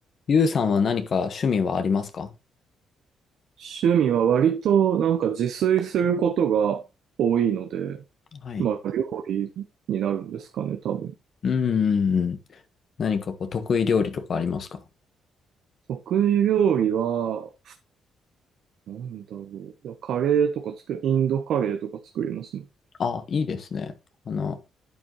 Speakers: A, on the left; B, on the right.
A: ゆうさんは何か趣味はありますか
B: 趣味は割となんか自炊することが多いので、
A: はい。
B: まあ料理になるんですかね、多分。
A: うんうんうん。何かこう得意料理とかありますか
B: 得意料理は、なんだろう。カレーとか作る、インドカレーとか作りますね。
A: あ、いいですね。あの、